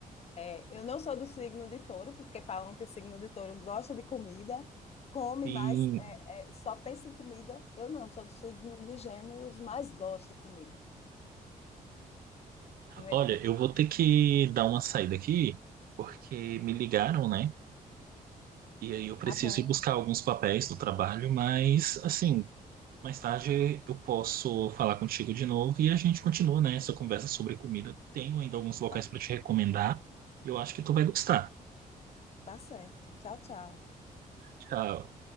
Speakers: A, on the left (about 45°); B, on the right (about 80°).
A: É, eu não sou do signo de touro, porque falam que o signo de touro gosta de comida, come
B: Sim.
A: mais, é, é, só pensa em comida. Eu não, sou do signo de gêmeos, mas gosto de comida, comer
B: Olha,
A: bem.
B: eu vou ter que dar uma saída aqui, porque me ligaram, né? E aí eu preciso
A: Tá bom,
B: ir buscar alguns papéis do trabalho, mas assim, mais tarde eu posso falar contigo de novo e a gente continua, né, essa conversa sobre comida. Tenho ainda alguns locais
A: tá,
B: para te recomendar e eu acho que tu vai gostar.
A: tá certo. Tchau, tchau.
B: Tchau.